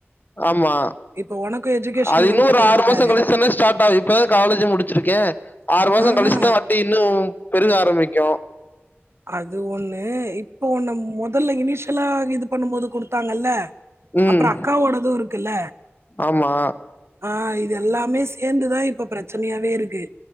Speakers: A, on the left; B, on the right.
A: ஆமா
B: இப்ப உனக்கும் எஜுகேஷன்
A: அது
B: லோன்
A: இன்னும்
B: கட்டிட்டு
A: ஒரு ஆறு
B: இருக்காரு.
A: மாசம் கழிச்சு தானே ஸ்டார்ட் ஆகும் இப்பதான் காலேஜ் முடிச்சிருக்கேன் ஆறு மாசம்
B: ஆஹா,
A: கழிச்சுதான் வாட்டி இன்னும் பெருக ஆரம்பிக்கும்
B: அது ஒண்ணு இப்ப ஒண்ணு முதல்ல இனிஷியலா இது பண்ணும் போது கொடுத்தாங்கல்ல
A: ம்.
B: அப்புறம் அக்காவோடதும் இருக்குல்ல
A: ஆமா.
B: ஆஹ் இது எல்லாமே சேந்துதான் இப்ப பிரச்சனையாவே இருக்கு